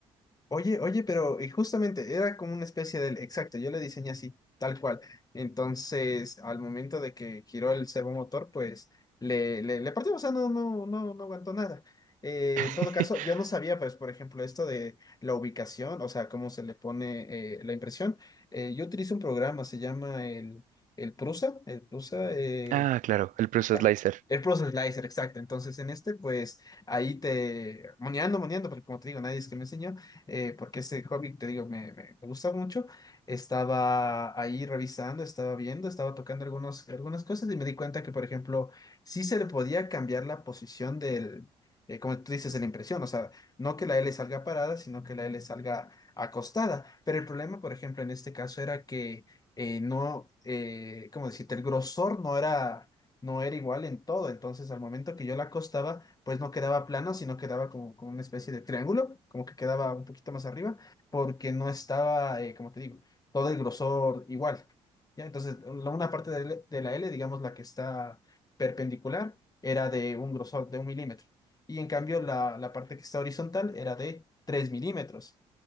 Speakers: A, on the left (about 25°); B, on the right (about 65°).
A: Oye, oye, pero y justamente era como una especie del, exacto, yo le diseñé así, tal cual. Entonces, al momento de que giró el servomotor, pues le, le, le partió, o sea, no, no, no, no aguantó nada. Eh,
B: <laughs>
A: en todo caso, yo no sabía, pues, por ejemplo, esto de la ubicación, o sea, cómo se le pone eh, la impresión. Eh, yo utilizo un programa, se llama el, el Prusa, el Prusa, eh,
B: Ah, claro, el proceso
A: ya.
B: slicer.
A: El Process Slicer, exacto. Entonces, en este, pues, ahí te... Moneando, moneando, porque como te digo, nadie es que me enseñó, eh, porque este hobby, te digo, me, me- me gusta mucho. Estaba ahí revisando, estaba viendo, estaba tocando algunos, algunas cosas y me di cuenta que, por ejemplo, sí se le podía cambiar la posición del... eh, como tú dices, de la impresión, o sea, no que la L salga parada, sino que la L salga acostada. Pero el problema, por ejemplo, en este caso era que eh, no, eh, ¿cómo decirte? El grosor no era no era igual en todo. Entonces, al momento que yo la acostaba, pues no quedaba plano, sino quedaba como, como una especie de triángulo, como que quedaba un poquito más arriba, porque no estaba, eh, como te digo, todo el grosor igual. ¿Ya? Entonces, la- una parte de, la de la L, digamos la que está perpendicular, era de un grosor de un milímetro. Y en cambio, la, la parte que está horizontal era de 3 milímetros.